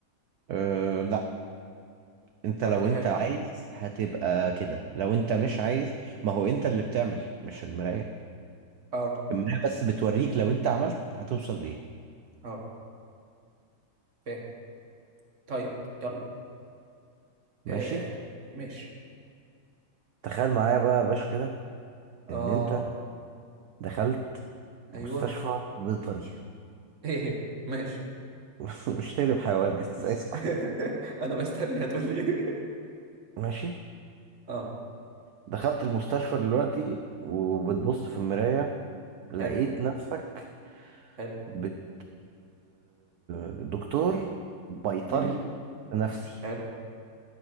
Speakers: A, on the right; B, on the right.
A: أه لا انت
B: طب
A: لو
B: ما ده حلو
A: انت عايز
B: ده
A: هتبقى كده لو انت مش
B: امم
A: عايز ما هو انت اللي بتعمل مش المراية
B: اه
A: المراية بس بتوريك لو انت عملت هتوصل ليه
B: اه فاهم طيب يلا
A: ماشي
B: آه ماشي
A: تخيل معايا بقى يا باشا كده
B: اه
A: ان انت دخلت مستشفى
B: ايوه
A: بيطري
B: <laughs> ايه ماشي
A: <laughs> مش تقلب حيوان اسمع
B: <laughs> انا بستني هتقول لي إيه. <laughs>
A: ماشي
B: اه
A: دخلت المستشفى دلوقتي وبتبص في المراية لقيت
B: حلو
A: نفسك
B: حلو
A: بت دكتور بيطري
B: امم
A: نفسي
B: حلو